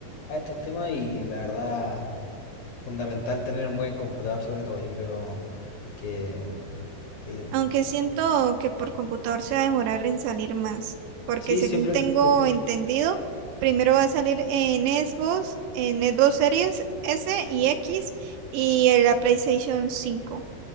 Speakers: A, on the left; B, on the right.
A: a estos temas y la verdad, fundamental tener un buen computador sobre todo, yo creo que, que-
B: Aunque siento que por computador se va a demorar en salir más, porque
A: sí,
B: según
A: siempre,
B: tengo
A: siempre-
B: entendido, primero va a salir en Xbox, en Xbox Series S y X y en la PlayStation cinco.